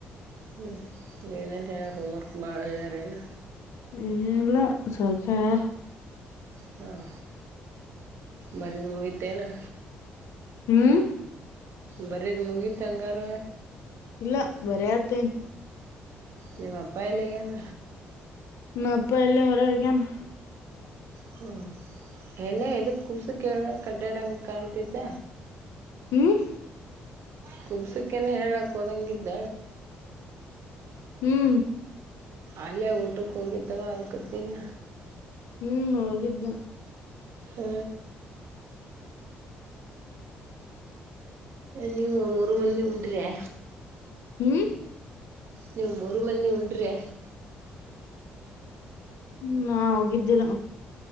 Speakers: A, on the right (about 65°); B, on the left (about 70°).
A: ಹ್ಮ್ ಏನೇನ್ ಹೇಳ್ಯಾರ ಹೋಮ್ವರ್ಕ್ ಬಾಳ ಹೇಳ್ಯಾರ ಏನ
B: ಇಲ್ಲ ಸ್ವಲ್ಪ ಹೇಳರಾ
A: ಹಾಂ ಬರದು ಮುಗಿತೇನೆ
B: ಹ್ಮ್
A: ಬರೀದ್ ಮುಗೀತ್ ಹಂಗಾರ
B: ಇಲ್ಲ ಬರ ಆತೇನ್
A: ನಿಮ್ಮಪ್ಪ ಎಲ್ಲಿ ಹೋಗ್ಯಾನ
B: ನಮ್ಮಪ್ಪ ಇಲ್ಲೇ ಹೊರಗೋಗ್ಯನ
A: ಹ್ಞೂ ಏನೇ ಇದಕ್ಕೆ ಕೂಸು ಕೇಳ ಕಡ್ಡ್ಯಾಡಂಕಾಣಂತಿದ್ದ
B: ಹ್ಮ್
A: ಕುಬ್ಸಕ್ಕೇನ ಹೇಳಾಕ್ ಹೋದಂಗ ಇದ್ದ
B: ಹ್ಮ್
A: ಅಲ್ಲೇ ಊಟಕ್ಕೆ ಹೋಗಿದ್ದವ ಆಕತಿಲ್ಲ
B: ಹ್ಮ್ ಹೋಗಿದ್ದ
A: ಹ್ಮ ನೀವು ಮೂರು ಮಂದಿ ಉಂಡ್ರಾ.
B: ಹ್ಮ್
A: ನೀವು ಮೂರು ಮಂದಿ ಉಂಡ್ರಿಯ.
B: ಹ್ಮ ನಾ ಹೋಗಿದ್ದಿನ.